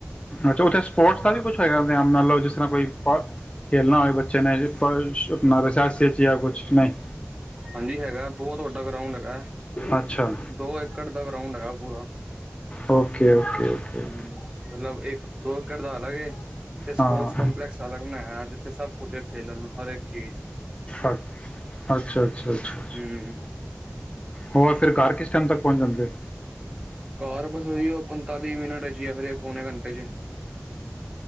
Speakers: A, on the left; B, on the right.
A: ਅੱਛਾ ਉੱਥੇ ਸਪੋਰਟਸ ਦਾ ਵੀ ਕੁਛ ਹੋਗਾ ਮੰਨ ਲਓ ਜਿਸ ਤਰ੍ਹਾਂ ਕੋਈ ਖੇਲਣਾ ਹੋਵੇ ਬੱਚੇ ਨੇ ਆਪਣਾ ਜਾਂ ਕੁਛ ਨਹੀਂ
B: ਹਾਂਜੀ ਹੈਗਾ ਬਹੁਤ ਵੱਡਾ ਗਰਾਉਂਡ ਹੈਗਾ
A: ਅੱਛਾ
B: ਦੋ ਏਕੜ ਦਾ ਗਰਾਉਂਡ ਹੈਗਾ ਪੂਰਾ
A: ਓਕੇ ਓਕੇ ਓਕੇ
B: ਹਮ ਮਤਲਬ ਇੱਕ ਦੋ ਏਕੜ ਦਾ ਅਲਗ ਤੇ ਸਪੋਰਟਸ
A: ਹਾਂ
B: ਕੰਪਲੈਕਸ ਅਲਗ ਬਣਾਇਆ ਅੱਜ ੇ ਸਭ ਕੁਛ ਖੇਲਣ ਹਰੇਕ ਚੀਜ਼
A: ਅੱ ਅੱਛਾ ਅੱਛਾ ਅੱਛਾ।
B: ਹਮ
A: ਹੋਰ ਫਿਰ ਘਰ ਕਿਸ ਟਾਈਮ ਤੱਕ ਪਹੁੰਚ ਜਾਂਦੇ
B: ਕਾਰ ਬਸ ਉਹੀ ਪੰਤਾਲੀ ਮਿੰਟ ਹ ਜੀ ਮੇਰੇ ਕੋਨੇ ਘੰਟੇ ਚ